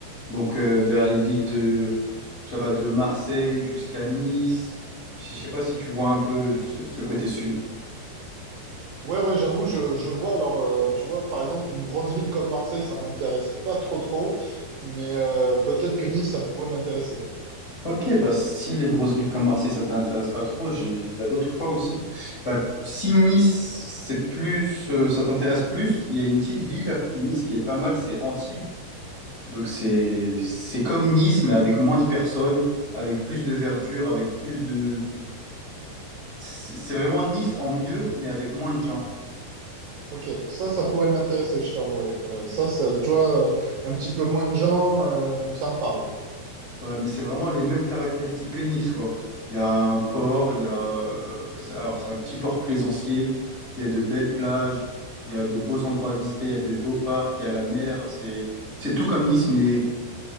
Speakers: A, on the left; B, on the right.
A: donc euh, vers les villes Ça va de Marseille jusqu'à Nice. Je ne sais pas si tu vois un peu ce, ce côté sud.
B: Ouais, ouais, j'avoue, je, je vois. Alors, euh, tu vois, par exemple, une grosse ville comme Marseille, ça m'intéresse pas trop, trop. Mais euh, peut-être que Nice, ça pourrait m'intéresser.
A: Ok, bah si les grosses villes comme Marseille, ça t'intéresse pas trop, j'ai- il y a d'autres choix aussi. Bah, si Nice, c'est plus, euh, ça t'intéresse plus, il y a une petite ville à côté de Nice qui est pas mal, c'est Antibes. Donc c'est c'est comme Nice, mais avec moins de personnes, avec plus de verdure, avec plus de... C'est c'est vraiment Nice en mieux, mais avec moins de gens.
B: Ok, ça, ça pourrait m'intéresser, je t'avouerai. Euh, ça, ça, tu vois, euh, un petit peu moins de gens, euh, ça me parle.
A: Ouais, mais c'est vraiment les mêmes caractéristiques que Nice, quoi. Il y a un port, il y a... euh, c'est- Alors, c'est un petit port plaisancier, il y a de belles plages, il y a de beaux endroits à visiter, il y a de beaux parcs, il y a la mer. C'est c'est tout comme Nice, mais